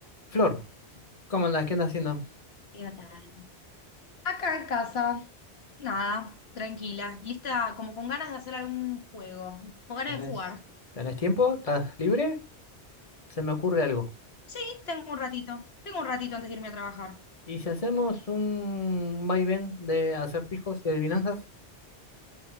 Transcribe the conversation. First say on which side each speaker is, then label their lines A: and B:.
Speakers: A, on the left; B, on the left.
A: Flor, ¿cómo andás? ¿Qué andas haciendo?
B: ¿Qué tal? Acá en casa, nada, tranquila, lista, como con ganas de hacer algún juego, con ganas
A: ¿Tenés,
B: de jugar.
A: tenés tiempo? ¿Estás libre? Se me ocurre algo.
B: Sí, tengo un ratito, tengo un ratito antes de irme a trabajar.
A: ¿Y si hacemos un vaivén de acertijos y adivinanzas?